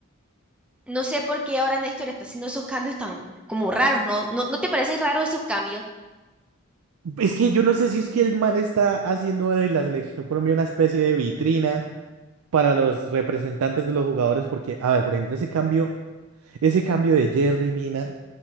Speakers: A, in the centre; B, on the right.
A: no sé por qué ahora Néstor está haciendo esos cambios tan como raros, ¿no? ¿No, no te parece raro esos cambios?
B: Es que yo no sé si es que el man está haciendo de la selección Colombia una especie de vitrina para los representantes de los jugadores, porque, a ver, por ejemplo, ese cambio, ese cambio de Jerry Mina,